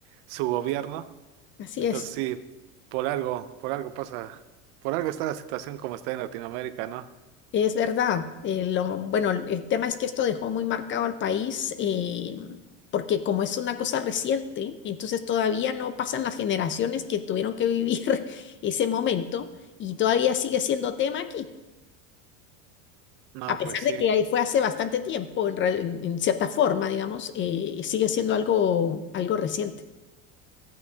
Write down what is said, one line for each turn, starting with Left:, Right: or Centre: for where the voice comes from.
Right: su gobierno.
Left: así
Right: Entonces
Left: es.
Right: sí, por algo, por algo pasa, por algo está la situación como está en Latinoamérica, ¿no?
Left: Es verdad. eh, lo- bueno, el el tema es que esto dejó muy marcado al país eh, porque como es una cosa reciente, entonces todavía no pasan las generaciones que tuvieron que vivir <laughs> ese momento y todavía sigue siendo tema aquí.
Right: No,
Left: A pesar
Right: pues sí,
Left: de que ahí fue hace bastante tiempo, en, re- en- en cierta forma, digamos, eh, sigue siendo algo, algo reciente.